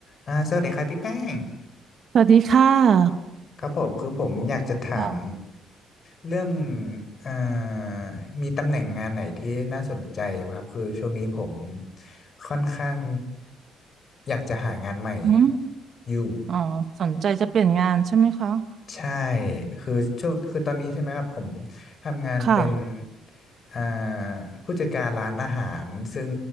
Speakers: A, on the left; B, on the right.
A: อ่าสวัสดีครับพี่แป้ง
B: สวัสดีค่ะ
A: ครับผมคือผมอยากจะถาม
B: ค่ะ
A: เรื่องเอ่อมีตำแหน่งงานไหนที่น่าสนใจไหมครับคือช่วงนี้ผมค่อนข้างอยากจะหางานใหม่
B: อืม
A: อยู่
B: อ๋อสนใจจะเปลี่ยนงานใช่ไหมคะ
A: ใช่คือช่วงคือตอนนี้ใช่ไหมครับ ผมทำงานเป็น
B: ค่ะ
A: อ่าผู้จัดการร้านอาหาร ซึ่ง